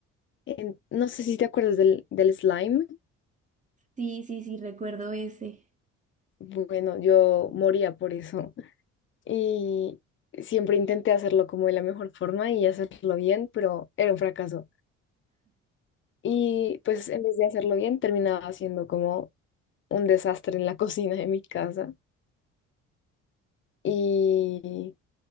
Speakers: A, on the left; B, on the right.
A: En- no sé si te acuerdas del, del slime.
B: Sí, sí, sí, recuerdo ese.
A: Bueno, yo moría por eso. Y siempre intenté hacerlo como de la mejor forma y hacerlo bien, pero era un fracaso. Y pues en vez de hacerlo bien, terminaba haciendo como un desastre en la <laughs> cocina de mi casa. Y,